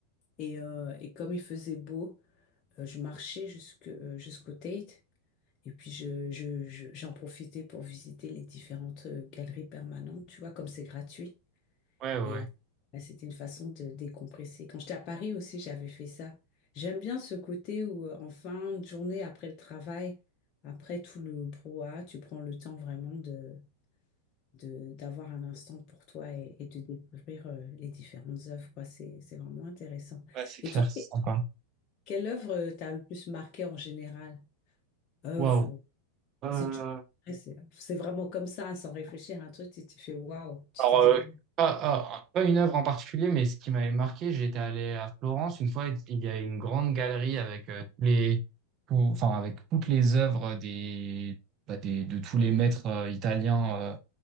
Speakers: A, on the left; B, on the right.
A: Et, euh, et comme il faisait beau, euh, je marchais jusque, euh, jusqu'au Tate. Et puis, je, je- je- j'en profitais pour visiter les différentes euh, galeries permanentes. Tu vois, comme c'est gratuit.
B: ouais, ouais.
A: Et euh, bah, c'était une façon de décompresser. Quand j'étais à Paris aussi, j'avais fait ça. J'aime bien ce côté où, euh, en fin de journée, après le travail, après tout le brouhaha, tu prends le temps vraiment de, de- d'avoir un instant pour toi et, et de découvrir euh, les différentes œuvres, quoi. C'est, c'est vraiment intéressant.
B: Ouais, c'est Ça,
A: Et toi,
B: clair. Super, c'est
A: que-
B: sympa.
A: quelle œuvre euh, t'a le plus marqué en général? Œuvre,
B: Waouh.
A: ou-
B: Euh,
A: si tu- après, c'est, c'est vraiment comme ça, hein, sans réfléchir à un truc, tu t'es fait waouh, tu
B: alors,
A: t'es dit
B: euh,
A: waouh.
B: pas, ah, pas une œuvre en particulier, mais ce qui m'avait marqué, j'étais allé à Florence une fois, il y avait une grande galerie avec euh, tous les, tout- enfin, avec toutes les œuvres des, bah, des, de tous les maîtres euh, italiens euh,